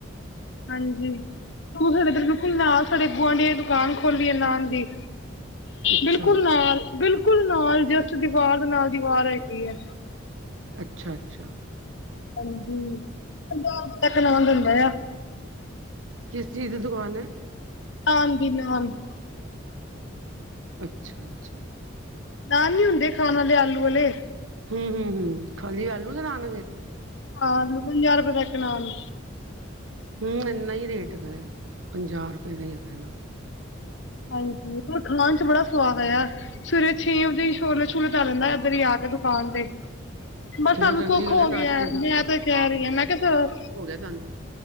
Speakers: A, on the left; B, on the right.
A: ਹਾਂਜੀ, ਤੂੰ ਸਾਡੇ ਇਧਰ ਬਿਲਕੁਲ ਨਾਲ ਸਾਡੇ ਗੁਆਂਢੀਆਂ ਦੁਕਾਨ ਖੋਲੀ ਐ ਨਾਨ ਦੀ।
B: ਅੱਛਾ
A: ਬਿਲਕੁਲ ਨਾਲ ਬਿਲਕੁਲ ਨਾਲ ਜਸਟ ਦੀਵਾਰ ਦੇ ਨਾਲ ਦੀਵਾਰ ਹੈਗੀ ਐ।
B: ਅੱਛਾ-ਅੱਛਾ।
A: ਹਾਂਜੀ, ਪੰਜਾਹ ਰੁਪਏ ਦਾ ਇਕ ਨਾਨ ਦਿੰਦਾ ਆ।
B: ਕਿਸ ਚੀਜ਼ ਦੀ ਦੁਕਾਨ ਏ।
A: ਹਾਂਜੀ ਨਾਲ <unintelligible>
B: ਅੱਛਾ, ਅੱਛਾ।
A: ਬਾਹਰ ਨੀ ਹੁੰਦੇ ਖਾਣ ਵਾਲੇ ਆਲੂ ਆਲੇ।
B: ਹੂੰ, ਹੂੰ, ਹੂੰ, ਖਾਲੀ ਆਲੂ ਦੇ ਨਾਨ ਗਏ ਸੀ।
A: ਆਲੂ ਪੰਜਾਹ ਰੁਪਏ ਦੇ ਇਕ ਨਾਲ।
B: ਹੂੰ ਇੰਨਾ ਹੀ ਰੇਟ ਹੈਗਾ, ਪੰਜਾਹ ਰੁਪਏ ਦਾ ਇਕ ਨਾਨ।
A: ਹਾਂਜੀ ਪਰ ਖਾਣ ਚ ਬੜਾ ਸੁਵਾਦ ਆਇਆ। ਸਵੇਰੇ ਛੇ ਵਜੇ ਹੀ ਛੋਲੇ-ਛੂਲੇ ਧਰ ਲੈਂਦਾ‌ ਏਧਰ ਹੀ ਆ ਕੇ ਦੁਕਾਨ ਤੇ। ਬਸ
B: ਚਲੋ
A: ਸਾਨੂੰ
B: ਚੰਗੀ
A: ਸੁੱਖ
B: ਗੱਲ
A: ਹੋ
B: ਐ
A: ਗਿਐ।
B: ਨਾਸ਼ਤੇ ਦਾ
A: ਮੈਂ ਤੇ ਕੈਹ
B: ਹਾਂ
A: ਰੀ ਆਂ ਮੈਂ ਕੈ ਸ
B: ਹੋ ਗਿਆ ਤੁਹਾਨੂੰ,